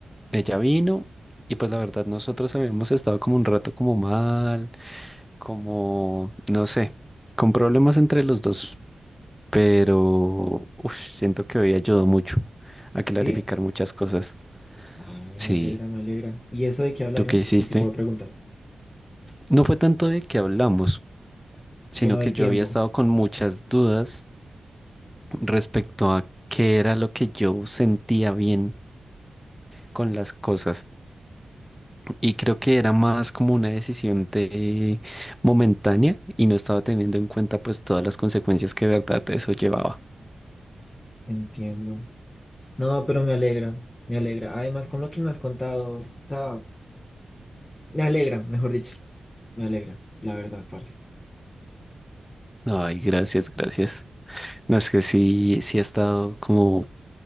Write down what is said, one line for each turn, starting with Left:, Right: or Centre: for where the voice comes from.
Centre: ella vino y pues la verdad nosotros habíamos estado como un rato como mal, como, no sé, con problemas entre los dos, pero uf, siento que hoy ayudó mucho a clarificar
Left: ¿Sí?
Centre: muchas cosas.
Left: Ay,
Centre: Sí,
Left: me alegra, me alegra. ¿Y eso de qué hablaron?
Centre: ¿tú qué hiciste?
Left: Pues sí puedo preguntar.
Centre: No fue tanto de que hablamos,
Left: Si
Centre: sino
Left: no,
Centre: que
Left: el
Centre: yo
Left: tiempo.
Centre: había estado con muchas dudas respecto a qué era lo que yo sentía bien con las cosas. Y creo que era más como una decisión de momentánea y no estaba teniendo en cuenta pues todas las consecuencias que de verdad eso llevaba.
Left: Entiendo. No, pero me alegra, me alegra. Además, con lo que me has contado, o sea, me alegra, mejor dicho. Me alegra, la verdad, parce.
Centre: Ay, gracias, gracias. No es que sí, sí ha estado como